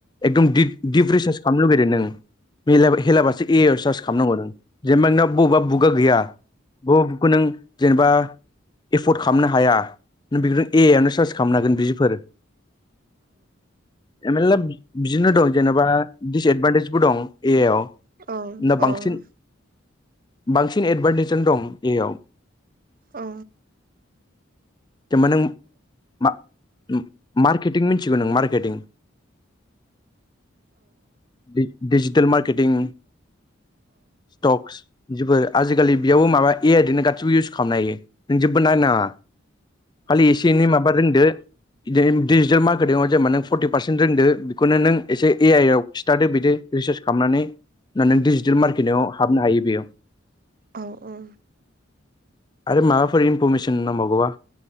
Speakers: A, on the left; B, on the right.
A: एकदम दिप रिसार्च खालामनो लुगैदों नों एला हेलाबासो ए आइ आव सार्ज खालामनांगौ नों जेनेबा नोंनाव बबेबा बुखआ गैया बबा बुखखौ नों जेनेबा एफर्ड खालामनो हाया नों बेखौनो ए आइ आवनो सार्स खालामनांगोन बिफोर मेरला बिदिनो दं जेन'बा डिसएदभान्टेजबो दं ए आइ आव
B: औ
A: ना
B: औ
A: बांसिन बांसिन एदभारटेजआनो दं ए आइ याव
B: औ
A: जेनेबा नों मा उम मारकेटिं मिनथिगौ नों मारकेटिं डि-डिजि टेल मार्केटिं स्टक्स फोर आजिखालि बेयावबो माबा ए आइ इदिनो गासिबो इउस खालामनो हायो नों जेबो नायनाङा खालि एसे एनै माबा रोनदो जेरै डिजिटेल मारकेटिंआव जेनेबा नों फरटि पारसेन्ट दोनदो बेखौनो नों एसे ए आइ आव खिथादो बिदि रिसार्च खालामनानै होमबा नों डिजिटेल मार्केटिंआव हाबनो हायो बेयाव
B: औ औ
A: आरो माबाफोर इनफरमेसन नांबावगौबा